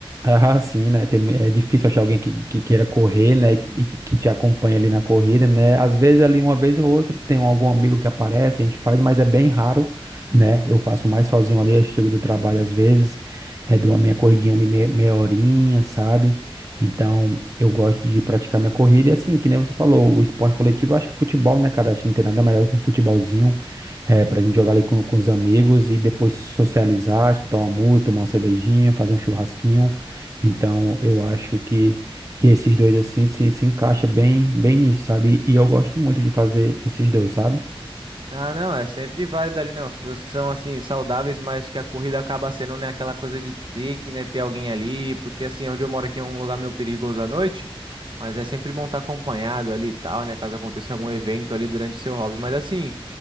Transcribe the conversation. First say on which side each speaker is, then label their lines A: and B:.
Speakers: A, on the right; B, on the right.
A: ah, sim, né? Tem mu- é difícil achar alguém que, que queira correr, né? E que, que que te acompanha ali na corrida, né? Às vezes ali uma vez ou outra tem um, algum amigo que aparece, a gente faz, mas é bem raro, né? Eu faço mais sozinho ali, eu chego do trabalho às vezes, é, dou a minha corridinha ali meia, meia horinha, sabe? Então eu gosto de praticar minha corrida e assim, que nem você falou, o esporte coletivo, eu acho que futebol, né, cara? Acho que não tem nada melhor que um futebolzinho, é, pra gente jogar ali com, com os amigos e depois socializar, escutar uma música, tomar uma cervejinha, fazer um churrasquinho. Então, eu acho que, que esses dois, assim, se, se encaixa bem, bem nisso, sabe? E eu gosto muito de fazer esses dois, sabe?
B: Ah, não, é sempre válido ali, não. As coisas que são, assim, saudáveis, mas que a corrida acaba sendo, né, aquela coisa de ter que, né, ter alguém ali, porque, assim, onde eu moro aqui é um lugar meio perigoso à noite, mas é sempre bom estar acompanhado ali e tal, né, caso aconteça algum evento ali durante seu hobby. Mas, assim,